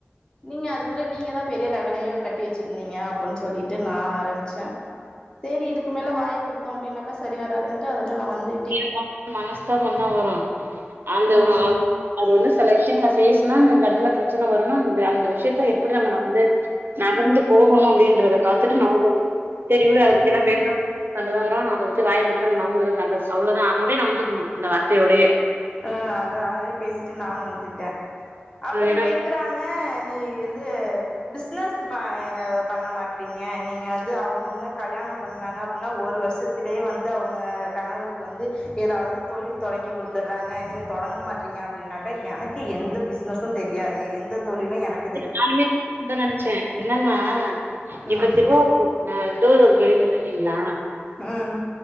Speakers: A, on the left; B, on the right.
A: நீங்க அதுக்குள்ள நீங்கதா பெரிய ரகலையோ கட்டி வச்சிருந்தீங்க அப்புன் சொல்லிட்டு நா ஆரம்ச்ச செரி இதுக்கு மேல வாய குடுத்தோ அப்டினக்கா சரி வராதுன்ட்டு அதோட நா வந்து
B: தேவ இல்லாம மனஸ்தாப தா வரு அந்த
A: ஆமா
B: அது வந்து செல விஷியங்கள பேஸ்னா அங்க இந்த எடத்துல பிரச்சன வருணா அந்த அந்த விஷ்யத்த எப்டி நம்ம நா வந்து நகர்ந்து போகணும் அப்படின்றத பாத்துட்டு நவுன்துருணும் சரி விட அத
A: ஆ
B: பத்தில்லாம் பேசுனா ஃப்ரெண்ட் தாங்றோம் அதபத்ததி வாய விட்ருங்க நாவுந்துகிறது நல்லது அவ்ளோதா அதோடயே நவுந்துருணும் அந்த வார்த்தையோடயே
A: அ அத அதயே பேசிட்டு நானு வந்துட்டேன் அப்பறம்
B: ஏன்னா
A: கேக்குறாங்க நீ வந்து பிஸ்னஸ் ப பண்ண மாட்றீங்க நீங்க வந்து அவங்கவுங்க கல்யாணம் பண்ணாங்க அப்டின்னா ஒரு வருஷத் துலயே வந்து அவுங்க கணவருக்கு வந்து ஏதாது தொழில் தொடங்கி குடுத் தர்றாங்க நீங்க தொடங்க மாட்றீங்க அப்டின்னாக்கா எனக்கு எந்த பிஸ்னஸும் தெரியாது எந்த தொழிலும் எனக்
B: நானுமே அப்டி <unintelligible> தா நெனச்சேன் என்னன்னா
A: ம்
B: இப்ப திருவாரூர் அ திருவாரூர் கேள்வி பட்ருக்கீங்களா
A: ம்